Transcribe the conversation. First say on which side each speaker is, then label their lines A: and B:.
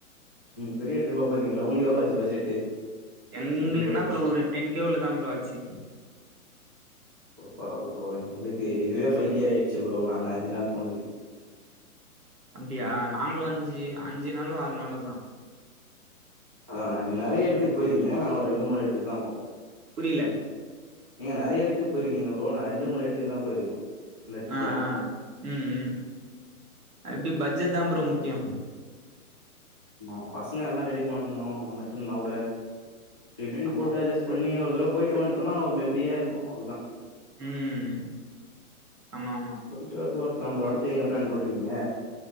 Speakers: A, on the right; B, on the right.
A: பெரிய ட்ரிப்பா போரிங்களா உங்களுக்கு எவ்ளோ ஆச்சு பட்ஜெட்டு நாங்க
B: எங்கலுக்கு
A: கம்மி பட்ஜெட்ல
B: என்னா ப்ரோ ஒரு டென் கே குல்ல தாச்சு
A: பரவாயில்ல ப்ரோ எங்களுக்கு இதுவே ஃபைக்கே ஆயிடுச்சு ப்ரோ நாங்க அஞ்சு நாள் போனதுக்கு
B: அப்டியா நாங்களு அஞ்சு அஞ்சு நாளோ ஆறு நாளோதா
A: அதான் நீங்க நறைய எடத்துக்கு
B: பிரச்சன
A: போயிருக்கீங்க
B: இல்ல
A: நாங்க ஒரு ரெண்டு மூணு எடத்துக்கு தா போனோ
B: புரியல
A: நீங்க நறைய எடத்துக்கு போயிருக்கீங்க ப்ரோ நா ரெண்டு மூணு எடத்துக்கு தா போயிருக்கோ இந்த ட்ரிப்ல
B: ஆ ஆ ம் ம் அப்டி <unintelligible> தா ப்ரோ முக்கியோ
A: ஆமா பசங்க எல்லா ரெடி பண்ணணு நம்மிட்ட இருந்தா கூட இப்டின்னு
B: ஆமா
A: போட்டு அஜெஸ் பண்ணி ஒரு தடவை போயிட்டு வன் அனா ஒரு மெமரியா இருக்கு அவ்ளோதா
B: ம் ஆமா ஆமா
A: போயிட்டு வரது ஒர்த்தா ப்ரோ அடுத்து எங்க பிளான் போட்ருக்கீங்க